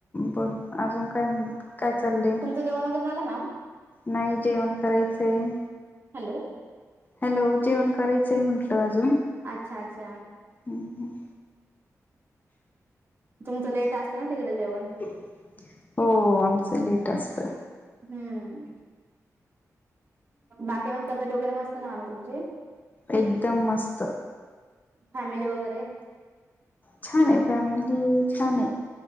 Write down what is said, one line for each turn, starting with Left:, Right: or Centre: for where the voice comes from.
Left: बर अजून काय आणि काय चाललंय?
Right: ते जेवण वगैरे झालं मॅम?
Left: नाही जेवण करायचं.
Right: हॅलो!
Left: हॅलो! जेवण करायचंय म्हटलं अजून.
Right: अच्छा! अच्छा!
Left: हम्म हम्.
Right: तुमचं लेट असतें ना तिकडे जेवण?
Left: <inaudible> हो आमचं लेट असतं.
Right: हम्म. बाकी मग तब्येत वगैरे मस्त ना आम तुमची?
Left: एकदम मस्त.
Right: फॅमिली वगैरे?
Left: छान आहे, फॅमिली छान आहे.